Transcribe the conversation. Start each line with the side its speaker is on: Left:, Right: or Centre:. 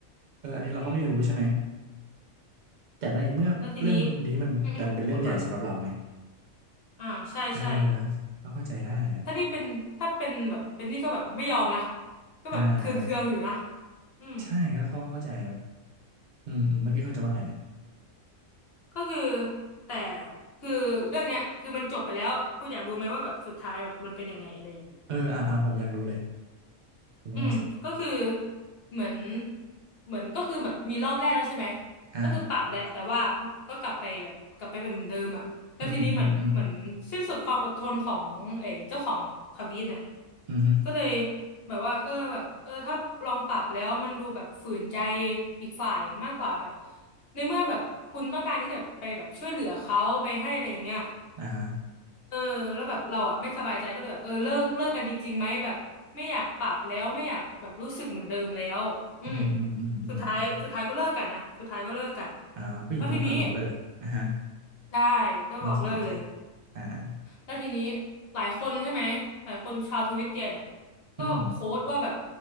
Right: เอออันนี้เราก็ไม่รู้ใช่ไหม
Left: อืม
Right: แต่ในเมื่อเรื่องนี้มันดันเป็นเรื่องใหญ่สำหรับเราไง
Left: แล้วทีนี้อืมอืมคุณก่อนอ่าใช่ใช่
Right: เออก็เข้าใจได้แหละ
Left: ถ้านี่เป็นถ้าเป็นแบบเป็นนี่ก็แบบไม่ยอมนะก็แบบเคืองเคืองอยู่นะ
Right: อ่าอ่า
Left: อืม
Right: ใช่ก็เข้าเข้าใจมันอืมอืมเมื่อกี้คุณจะว่าไงนะ
Left: ก็คือแต่คือเรื่องเนี้ยคือมันจบไปแล้วคุณอยากรู้ไหมว่าแบบสุดท้ายแบบมันเป็นยังไงอะไรยังไง
Right: เอออ่าอ่าผมอยากรู้เลยคุณว่ามาสิ
Left: อืมก็คือเหมือนเหมือนก็คือแบบมีรอบแรกแล้วใช่ไหม
Right: อ่า
Left: ก็คือปรับแหละแต่ว่าก็กลับไปแบบกลับไปเป็นเหมือนเดิมอ่ะแล้วทีนี้เหมือนเหมือนสิ้นสุดความอดทนของเออเจ้าของทวีตเนี่ย
Right: อืมอืมอืมอืมฮึ
Left: ก็เลยแบบว่าเออแบบเออถ้าลองปรับแล้วมันดูแบบฝืนใจอีกฝ่ายมากกว่าแบบในเมื่อแบบคุณต้องการที่จะไปแบบช่วยเหลือเขาไปให้อะไรอย่างเงี้ย
Right: อ่าฮะ
Left: เออแล้วแบบเราอ่ะไม่สบายใจก็เลยแบบเออเลิกเลิกกันจริงๆไหมแบบไม่อยากปรับแล้วไม่อยากแบบรู้สึกเหมือนเดิมแล้วอืม
Right: อืมอืมอืมอืมอืม
Left: สุดท้ายสุดท้ายก็เลิกกันนะสุดท้ายก็เลิกกัน
Right: อ่าผู้หญิงก็เป็นคนบอกเลิกอ่าฮะ
Left: แล้วทีนี้ใช่ก็บอกเลิกเลย
Right: โอเคโอเคอ่าอ่า
Left: แล้วทีนี้หลายคนใช่ไหมหลายคนชาวทวิตเตียนอ่ะก็โค้ดว่าแบบ
Right: อืม